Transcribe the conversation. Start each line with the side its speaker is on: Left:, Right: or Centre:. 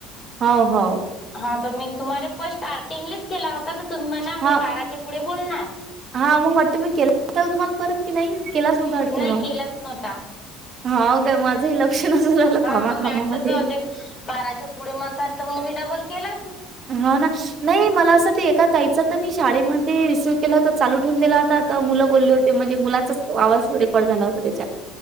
Right: हो हो..
Left: हा तर मी तुम्हाला फट स्टार्टिंगलेच केला होता तर तुम ना मी
Right: हा
Left: बाराच्या पुढे बोलणार
Right: हा मग वाटते मी केला हो तुम्हाला परत की नाही केलाच नव्हता वाटते
Left: नाही
Right: मग
Left: केलाच नव्हता
Right: हा काय माझही लक्ष नसेल झालं
Left: हा
Right: कामाकामामध्ये
Left: मग मी आटलं जाऊ दे बाराच्या पुढे म्हणतात तर मग मी डबल केला
Right: हा ना नाही मला असं एका त्याचा तर मी शाळेमध्ये रिसीव्ह केला हो तर चालू ठेवून दिला होताता मुलं बोलले होते म्हणजे मुलांचाच आवाज वगरे कॉल झाला होता त्याच्या